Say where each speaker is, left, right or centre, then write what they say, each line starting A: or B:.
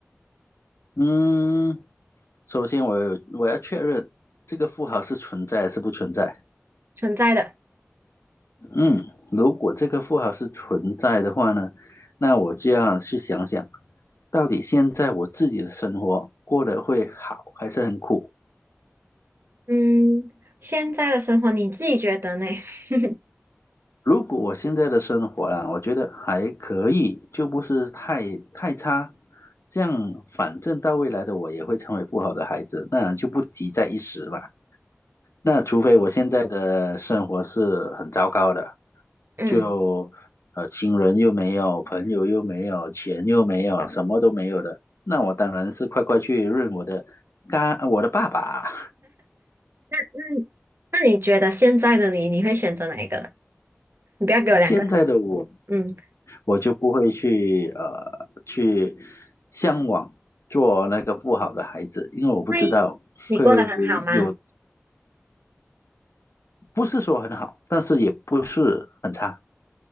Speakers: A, on the left; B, on the right.
A: 嗯，首先我有我要确认这个富豪是存在还是不存在。
B: 存在的，
A: 嗯，如果这个富豪是存在的话呢，那我就要去想想，到底现在我自己的生活过得会好还是很苦。
B: 嗯，现在的生活你自己觉得呢？<laughs>
A: 如果我现在的生活啦，我觉得还可以，就不是太太差。这样，反正到未来的我也会成为不好的孩子，那就不急在一时嘛。那除非我现在的生活是很糟糕的，
B: 嗯，
A: 就呃亲人又没有，朋友又没有，钱又没有，什么都没有的，那我当然是快快去认我的干我的爸爸。
B: 那那你觉得现在的你，你会选择哪一个？你不要给我两个，
A: 现在的我
B: 嗯，
A: 我就不会去呃去向往做那个不好的孩子，因为我不知道会有，
B: 会，你过得很好吗？
A: 不是说很好，但是也不是很差。